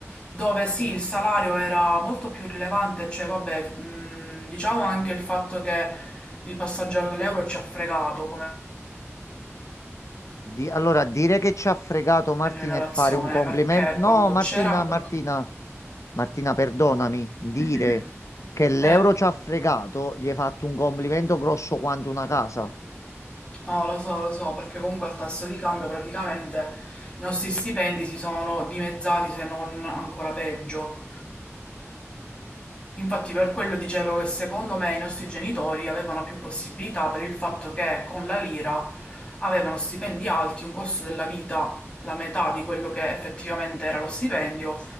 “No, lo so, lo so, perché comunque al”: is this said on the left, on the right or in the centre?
Left